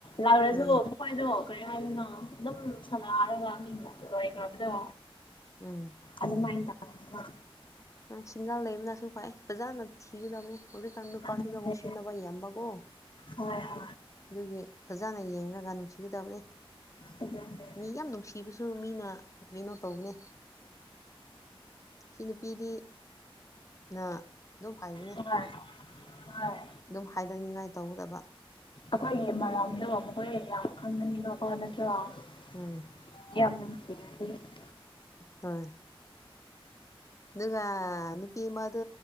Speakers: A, on the left; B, on the left.
A: ꯂꯥꯎꯔꯁꯨ
B: ꯎꯝ
A: ꯍꯣꯏ ꯑꯗꯣ ꯀꯔꯤ ꯍꯥꯏꯗ‌ꯣꯏꯅꯣ ꯑꯗꯨꯝ ꯁꯥꯟꯅꯔꯒ ꯃꯤ ꯂ‌ꯣꯏꯈ꯭ꯔꯕꯗꯣ
B: ꯎꯝ
A: ꯑꯗꯨ ꯃꯥꯏ ꯇꯧ <unintelligible> ꯒ
B: ꯍꯣꯏ ꯁꯤꯡꯒꯜ ꯂꯩꯕꯅꯁꯨ ꯐꯩ ꯐꯖꯥꯅ ꯊꯤꯒꯗꯕꯅ‌ꯦ ꯍꯧꯖꯤꯛꯀꯥꯟ ꯅꯨꯄꯥꯁꯤꯡ
A: ꯑꯗꯨꯅꯦ
B: ꯉꯥꯎꯁꯤꯟꯅꯕ ꯌꯥꯝꯕꯀ‌ꯣ
A: ꯍꯣꯏ ꯍꯣꯏ
B: ꯑꯗꯨꯒꯤ ꯐꯖꯅ ꯌꯦꯡꯔꯒ ꯅꯨꯡꯁꯤꯒꯗꯕꯅꯤ
A: ꯑꯗꯨꯅꯦ
B: ꯃꯤ ꯌꯥꯝ ꯅꯨꯡꯁꯤꯕꯁꯨ ꯃꯤꯅ ꯀꯩꯅꯣ ꯇꯧꯕꯅꯦ ꯁꯤ ꯅꯨꯄꯤꯗꯤ ꯅ ꯑꯗꯨꯝ ꯍꯥꯏꯕꯅ‌ꯦ
A: ꯍꯣꯏ ꯍꯣꯏ
B: ꯑꯗꯨꯝ ꯍꯥꯏꯗꯅꯤꯡꯉꯥꯏ ꯇꯧꯒꯗꯕ
A: ꯑꯩꯈꯣꯏꯒꯤ ꯃꯔꯝꯗ‌ꯣ ꯃꯈꯣꯏ ꯌꯥꯝ ꯈꯪꯒꯅꯤꯕꯀꯣ ꯅꯠꯇ꯭ꯔꯣ
B: ꯎꯝ
A: <unintelligible>
B: <unintelligible> ꯑꯗꯨꯅ ꯅꯨꯄꯤ ꯃꯗꯨ